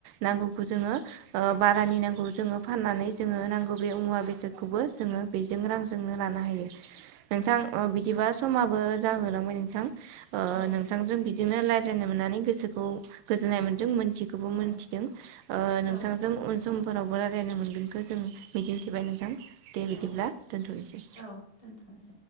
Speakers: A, on the right; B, on the left.
A: नांगौखौ जोङो। ओ बारानि नांगौ जोङो फाननानै जोङो नांगौ बे मुवा बेसादखौबो जोङो बेजों रांजोंनो लानो हायो। नोंथां ओ बि बिदिबा समाबो जाहोलांबाय नोंथां। ओ
B: औ
A: नोंथांजों बिदिनो लाय जेननो मोननानै गोसोखौ गोजोननाय मोन्दों मोन थियै खौबो मोनथिदों
B: औ
A: ओ
B: औ
A: नोंथांजों उन समफोरावबो रा लायनो मोनगोनखौ जों मिजिंथिबाय नोंथां। दे बिदिब्ला
B: औ
A: दोनथ'नोसै।
B: औ दोनथ'नोसै